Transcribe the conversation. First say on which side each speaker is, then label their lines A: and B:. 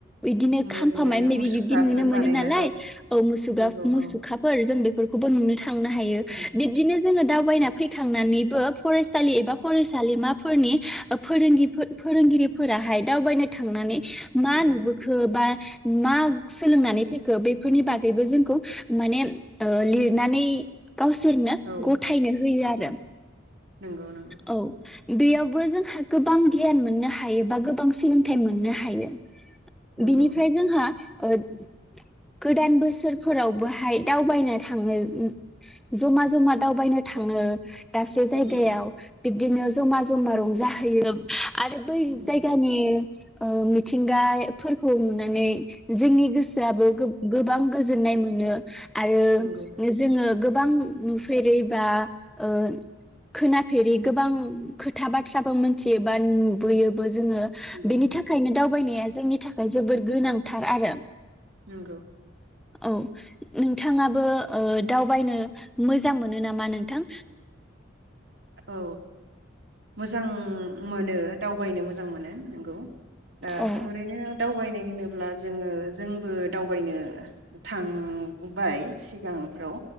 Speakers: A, in the centre; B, on the right (about 65°).
A: बिदिनो
B: बेबायदिनो
A: खामफा माय मेबि
B: मुसुखाफोर
A: बिब्दि नुनो मोनो
B: बानायना
A: नालाय औ मुसुगा-मुसुखाफोर
B: नंगौ औ
A: जों बे फोरखौबो नुनो था थांनो हायो
B: नंगौ
A: बिब्दिनो जोङो दावबायना फैखांनानैबो फरायसालि एबा फरायसालिमाफोरनि ओ फोरोंगि-फो फोरोंगिरिफोराहाय दावबायनो थांनानै मा
B: नंगौ
A: नुबोखो बा मा सोलोंनानै फैखो बेफोरनि बागैबो जोंखौ माने लिरनानै गावसोरनो
B: औ
A: गथायनो होयो आरो
B: नंगौ नंगौ
A: औ बेयावबो जोंहा गोबां गियान मोननो हायो बा गोबां सोलोंथाइ मोननो हायो
B: नंगौ
A: बिनिफ्राय जोंहा ओ गोदान बोसोरफोरावबोहाय दावबायनो थाङो ओ जमा-जमा दावबायनो थाङो दाबसे जायगायाव
B: नंगौ
A: बिदिनो जमा जमा रंजाहैयो आरो बै
B: नंगौ
A: जायगानि
B: नंगौ
A: ओ मिथिंगाफोरखौ नुनानै जोंनि गोसोआबो गोब-गोबां गोजोननाय मोनो आरो
B: नंगौ
A: जोङो गोब बां नुफेरै बा ओ खोनाफेरै गोबां खोथा बाथ्राबो मोनथियो बा नुबुयोबो जोङो
B: नंगौ
A: बेनि थाखायनो दावबायनो जोंनि थाखाय जोबोर गोनांथार आरो।
B: नंगौ।
A: औ नोंथाङाबो ओ दावबायनो मोजां मोनो नामा नोंथां?
B: औ। मोजां मोनो। दावबायनो मोजां मोनो नंगौ। ओ
A: औ
B: ओरैनो दावबायनाय होनोब्ला जोङो जोंबो दावबायनो थांबाय सिगांफ्राव